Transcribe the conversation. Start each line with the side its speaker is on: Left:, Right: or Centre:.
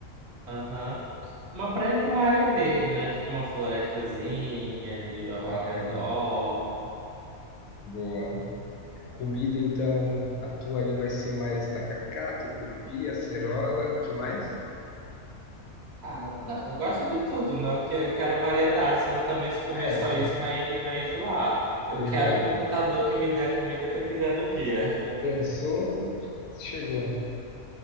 Right: Aham. Uma praia com uma área verde, né? Tipo uma florestazinha ali ao
Left: Hum,
Right: ao redor.
Left: boa. Comida, então, a tua ali vai ser mais tacacá, tucupi, acerola, que mais?
Right: Ah, não, eu gosto de tudo, né? Eu quero, eu quero variedade, senão também se comer
Left: Ah, é,
Right: só
Left: velho.
Right: isso vai, vai enjoar. Eu
Left: Verdade.
Right: quero o computador
Left: mano.
Right: que me dê a comida que eu quiser no dia.
Left: Pensou, chegou.